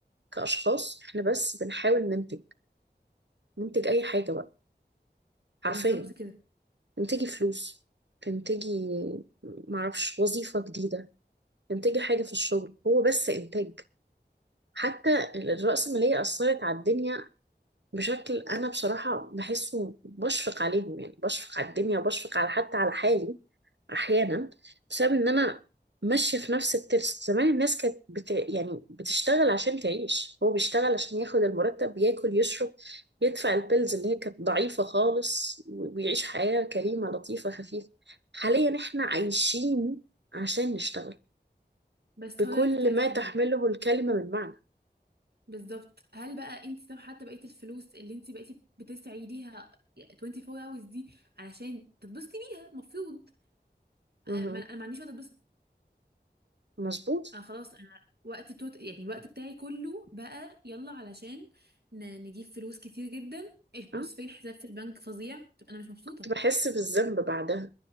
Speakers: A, on the right; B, on the right.
A: كأشخاص احنا بس بنحاول ننتج ننتج اي حاجة بقى حرفيا
B: بالظبط كده
A: تنتجي فلوس تنتجي معرفش وظيفة جديدة تنتجي حاجة في الشغل هو بس إنتاج حتى الرأسمالية أثرت على الدنيا بشكل أنا بصراحة بحسه بشفق عليهم يعني بشفق على الدنيا وبشفق على حتى على حالي احيانا بسبب ان انا ماشيه في نفس الترس زمان الناس كانت بت... يعني بتشتغل عشان تعيش هو بيشتغل عشان ياخد المرتب ياكل يشرب يدفع البيلز اللي هي كانت ضعيفه خالص و- ويعيش حياه كريمه لطيفه خفيفه حاليا احنا عايشين عشان نشتغل
B: بس
A: بكل
B: هو ده اللي كنت عايزة
A: ما
B: اقوله
A: تحمله
B: لك
A: الكلمه من معنى
B: بالظبط هل بقى انت طب حتى بقية الفلوس اللي انت بقيتي بتسعي ليها 24 hours دي علشان تتبسطي بيها المفروض
A: مهم.
B: انا ما- انا ما عنديش وقت اتبسط
A: مظبوط
B: انا خلاص انا وقت التوت... يعني الوقت بتاعي كله بقى يلا علشان ن... نجيب فلوس كتير جدا الفلوس
A: أه؟
B: فين الحساب في البنك فظيع طب انا مش مبسوطة
A: كنت بحس بالذنب بعدها